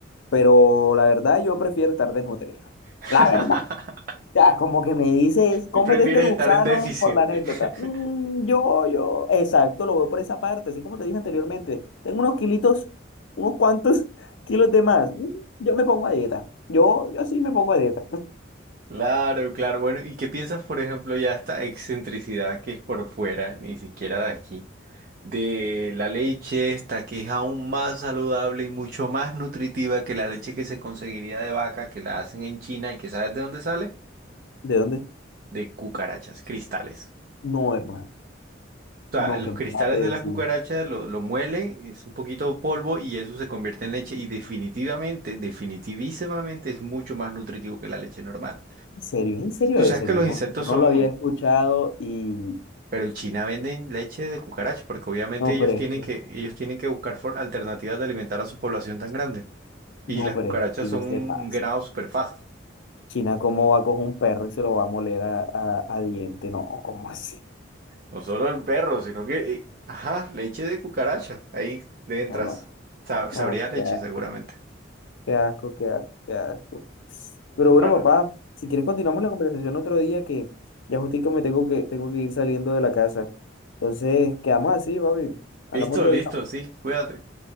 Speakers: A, on the left; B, on the right.
A: Pero la verdad yo prefiero estar desnutrido.
B: <laughs>
A: La verdad. Ya, como que me dices, cómete
B: Tú prefieres
A: este gusano
B: estar en déficit.
A: por la anécdota. Mm,
B: <laughs>
A: yo, yo, exacto, lo veo por esa parte, así como te dije anteriormente. Tengo unos kilitos, unos cuantos <laughs> kilos de más. Mm, yo me pongo a dieta. Yo, yo sí me pongo a dieta.
B: Claro, claro. Bueno, ¿y qué piensas, por ejemplo, ya esta excentricidad que es por fuera, ni siquiera de aquí, de la leche esta que es aún más saludable y mucho más nutritiva que la leche que se conseguiría de vaca, que la hacen en China y que sabes de dónde sale?
A: <laughs> ¿De dónde?
B: De cucarachas, cristales.
A: No, hermano.
B: sea,
A: No,
B: los
A: que
B: cristales
A: me acabas de
B: de
A: decir.
B: la cucaracha lo, lo muelen, es un poquito de polvo y eso se convierte en leche y definitivamente, definitivísimamente es mucho más nutritivo que la leche normal.
A: ¿En serio? ¿Es ¿En serio
B: Tú
A: eso?
B: sabes que
A: Yo
B: los
A: no,
B: insectos
A: yo
B: son,
A: no lo había escuchado y...
B: pero en China venden leche de cucaracha porque obviamente
A: No,
B: ellos
A: pero
B: tienen
A: es que,
B: que, ellos tienen que buscar for- alternativas de alimentar a su población tan grande.
A: no,
B: Y las
A: pero
B: cucarachas
A: es que China
B: son
A: se
B: un
A: pasa.
B: ganado súper fácil.
A: China, ¿cómo va a coger un perro y se lo va a moler a, a, a diente? No, ¿cómo así?
B: No solo el perro, sino que, eh, ajá, leche de cucaracha, ahí le entras.
A: No, no.
B: Sa- sabría
A: No,
B: leche
A: qué asco,
B: seguramente.
A: qué asco, qué asco, qué asco. Pero bueno,
B: Para.
A: papá, si quieres continuamos la conversación otro día que ya justico me tengo que, tengo que ir saliendo de la casa. Entonces, quedamos así, papi. Hablamos
B: Listo,
A: otro
B: listo,
A: día.
B: sí, cuídate.